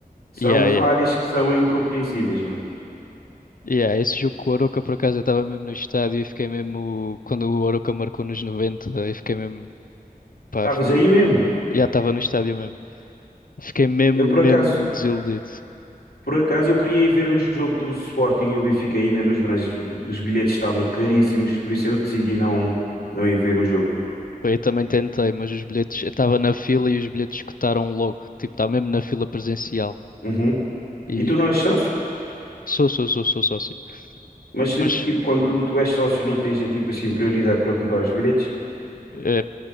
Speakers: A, on the left (about 85°); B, on the left (about 65°).
A: São
B: Yeah,
A: falhas
B: yeah.
A: que são incompreensíveis, mano.
B: Yeah, esse jogo com o Arouca, por acaso, eu estava mesmo no estádio e fiquei mesmo. Quando o Arouca marcou nos noventa eu fiquei mesmo. Pá,
A: Estavas
B: foi
A: aí
B: mesmo
A: mesmo?
B: Já estava no estádio mesmo. Fiquei mesmo,
A: Eu
B: mesmo
A: por acaso,
B: desiludido.
A: por acaso eu queria ir ver o jogo do Sporting e o Benfica aí na luz, mas os bilhetes estavam caríssimos, por isso eu decidi não, não ir ver o jogo.
B: Foi, Eu também tentei, mas os bilhetes. Eu estava na fila e os bilhetes escutaram logo. Tipo, estava mesmo na fila presencial.
A: Uhum.
B: E
A: E tu não és sócio?
B: sou, sou, sou, sou sócio.
A: Mas se,
B: Mas,
A: tipo, quando tu és sócio não tens eh, tipo assim prioridade para comprar os bilhetes?
B: eh,